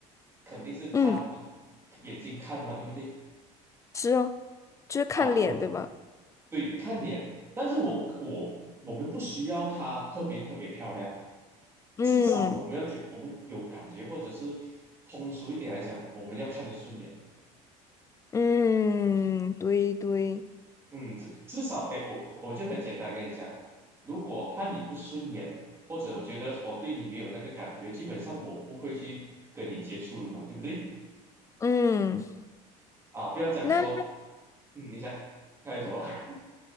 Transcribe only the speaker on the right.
肯定是看呃
眼睛看嘛，对不对？
啊，我
对看脸，但是我我我们不需要她特别特别漂亮，
至少我们要觉我们有感觉，或者是通俗一点来讲，我们要看得顺眼。
嗯，至至少，哎，我我就很简单跟你讲，如果我看你不顺眼，或者我觉得我对你没有那个感觉，基本上我不会去跟你接触了嘛，对不对？
啊，不要讲说，
嗯，你想还有什么？<laughs>